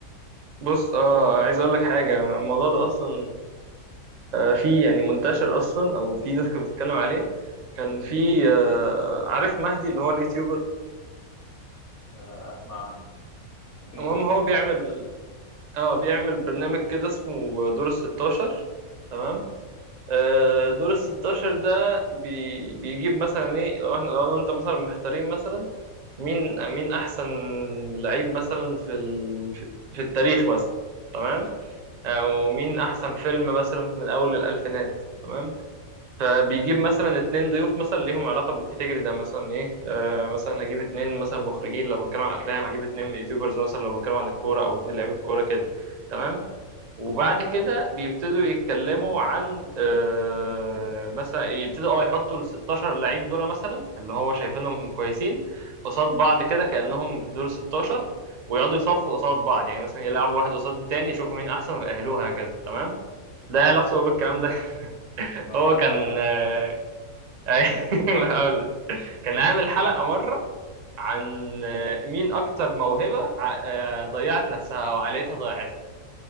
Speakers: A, on the right; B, on the left.
A: بص اه عايز اقول لك حاجه الموضوع ده اصلا آه، في يعني منتشر اصلا او في ناس كانت بتتكلم عليه كان في آه، عارف مهدي اللي هو اليوتيوبر
B: آه، اسمع عنه ممكن لو
A: المهم
B: شفت
A: هو
B: شكله
A: بيعمل
B: اعرفه
A: اه بيعمل برنامج كده اسمه دور الستاشر تمام آه، دور الستاشر ده بي بيجيب مثلا ايه لو احنا لو انا وانت مثلا محتارين مثلا مين مين احسن لعيب مثلا في ال... في في التاريخ مثلا تمام
B: حلو
A: او مين احسن فيلم مثلا من اول الالفينات تمام فبيجيب مثلا اتنين ضيوف مثلا ليهم علاقه بالكاتيجوري ده مثلا ايه آه مثلا هجيب اتنين مثلا مخرجين لو بتكلم عن افلام هجيب اتنين يوتيوبرز مثلا لو بتكلم عن الكوره او اتنين لعيبه الكوره كده تمام وبعد
B: مم.
A: كده بيبتدوا يتكلموا عن آه، مثلا يبتدوا اه يحطوا ال 16 لعيب دول مثلا اللي هو شايفينهم كويسين قصاد بعض كده كأنهم في دور 16 ويقعدوا يصفوا قصاد بعض يعني مثلا يلعبوا واحد قصاد التاني يشوفوا مين احسن ويأهلوه هكذا تمام ده إيه علاقته بقى بالكلام ده <laughs>
B: ما اه
A: هو كان
B: انا <laughs> عايز
A: آه،
B: اسالك
A: أي- <laughs> هقول لك كان عامل حلقة مرة عن آه، مين اكتر موهبة ع- آه، ضيعت نفسها او عائلتها ضيعتها